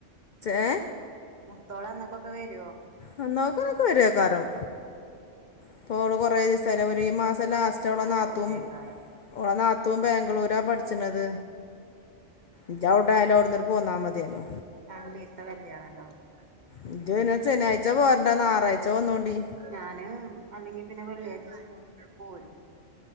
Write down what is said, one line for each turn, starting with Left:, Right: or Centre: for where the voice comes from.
Left: ഏ.
Right: മുത്തോളന്നന്നൊക്കൊക്കെ വരുവോ.
Left: ആ അന്നക്കക്കെ വരുകാരം ഇപ്പൊ ഓള് കൊറെേ ദിവസായിലേ ഈ മാസം ലാസ്റ്റ്. പടച്ച ഓള
Right: ഞാന
Left: നാത്തും
Right: അവിടെക്കാരം
Left: ഓള നാത്തും ബാംഗ്ലൂര പഠിച്ണത്. ഇജ് അവിടായാലോ അവിടുന്ന് പോന്ന മതിയല്ലോ
Right: രണ്ട് ഈസ്ത്തെ കല്ല്യാണം ഉണ്ടാവേ
Left: ഇജ് ശനിയാഴ്ച്ച പോരണ്ട ഞായറാഴ്ച പോന്നോണ്ടി
Right: ഞാന് അല്ലെങ്കിൽ പിന്നെ വെള്ളിയാഴ്ച്ച സ്കൂള് വിട്ടു പോരും